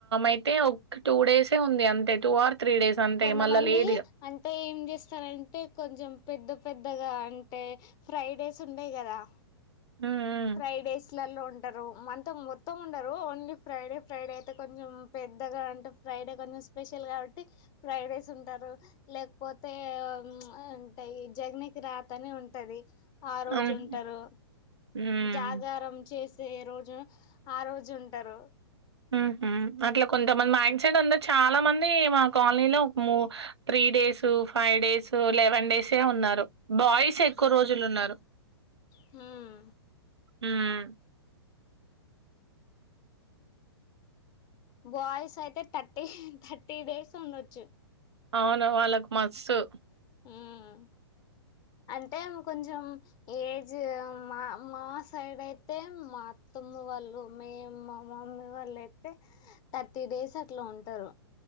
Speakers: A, on the right; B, on the left.
A: అయితే ఒక టూ డేసే ఉంది అంతే ఆర్ డేస్ అంతే
B: కొంతమంది
A: మళ్ళా లేదిగ.
B: అంటే ఏం చేస్తారంటే కొంచెం పెద్ద పెద్దగా అంటే ఫ్రైడేస్ ఉండయి కదా
A: హ్మ్.
B: ఫ్రైడేస్ ల్లో ఉంటారు అంతం మొత్తం ఉండరు ఓన్లీ ఫ్రైడే ఫ్రైడే అయితే కొంచెం పెద్దగా అంటే ఫ్రైడే కొంచెం స్పెషల్ కాబట్టి ఫ్రైడేస్ ఉంటారు లేకపోతే అంటే జగనీకి రాత అని ఉంటది ఆ రోజుంటారు
A: హ్మ్. ఆహా! హ్మ్.
B: జాగరం చేస్ ఏ రోజు ఆ రోజు ఉంటారు
A: హు హుమ్ అట్లా కొంతమంది మైండ్ సెట్ ఉంది చాలా మంది మా కాలనీలో ఒకూ three days five days eleven డేసే ఉన్నారు బాయ్స్ ఎక్కువ రోజులు ఉన్నారు <inaudible>
B: హ్మ్
A: మ్మ్
B: బాయ్స్ అయితే థర్టీ థర్టీ డేస్ ఉండొచ్చు
A: అవును వాళ్ళకు మస్సు
B: మ్మ్ అంటే ఆమె కొంచెం ఏజ్ మా మా సైడ్ అయితే మా అత్తమ్మ వాళ్ళు మేము మా మమ్మీ వాళ్ళు అయితే థర్టీ డేస్ అట్లా ఉంటారు